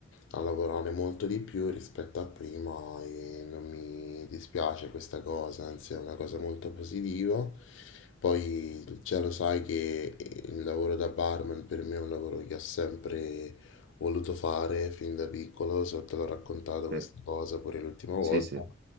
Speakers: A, on the left (about 65°); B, on the right (about 50°).
A: a lavorare molto di più rispetto a prima e non mi dispiace questa cosa, anzi è una cosa molto positiva. Poi già lo sai che il lavoro da barman per me è un lavoro che ho sempre voluto fare fin da piccolo, so, te l'ho raccontato
B: Sì,
A: questa cosa pure l'ultima volta
B: sì. sì.